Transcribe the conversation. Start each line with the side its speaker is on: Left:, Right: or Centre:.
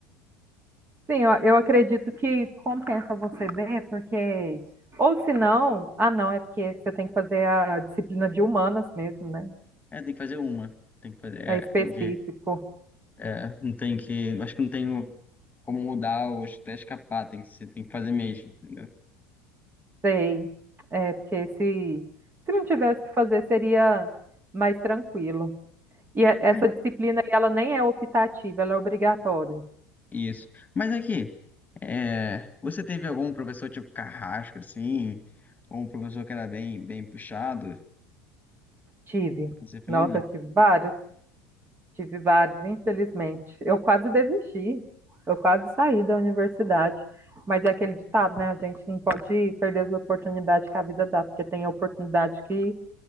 Right: Sim, eu, eu acredito que compensa você ver, porque. Ou se não, ah, não, é porque você tem que fazer a disciplina de humanas mesmo, né?
Left: É, tem que fazer uma. Tem que fazer,
Right: É
Left: é,
Right: específico,
Left: tem que, é, não tem que, acho que não tenho como mudar ou até escapar, tem que ser, tem que fazer mesmo, entendeu?
Right: sei. É, porque se, se não tivesse que fazer, seria mais tranquilo. E é- essa
Left: Mas,
Right: disciplina, aí, ela nem é optativa, ela é obrigatória.
Left: isso. Mas aqui, é, você teve algum professor tipo carrasco, assim, ou um professor que era bem, bem puxado na
Right: Tive.
Left: disciplina?
Right: Nossa, eu tive vários. Tive vários, infelizmente. Eu quase desisti, eu quase saí da universidade. Mas é aquele ditado, né? A gente não pode perder as oportunidades que a vida dá, porque tem oportunidade que